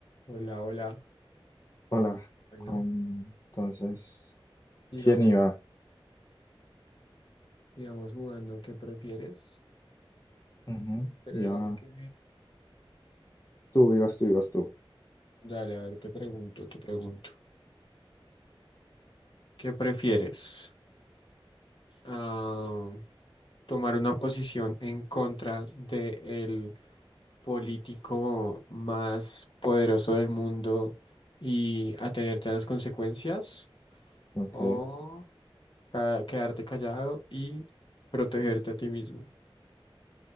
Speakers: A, on the left; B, on the left.
A: Hola, hola.
B: Hola,
A: Bueno,
B: con- entonces,
A: sigamos,
B: ¿quién iba?
A: sigamos jugando. ¿Qué prefieres?
B: Ujú,
A: Creo
B: Iba
A: que...
B: tú, ibas tú, ibas tú.
A: Dale, a ver, te pregunto, te pregunto. ¿Qué prefieres? Ah, ¿tomar una posición en contra de el político más poderoso del mundo y atenerte a las consecuencias?
B: Ok,
A: ¿O ca- quedarte callado y protegerte a ti mismo?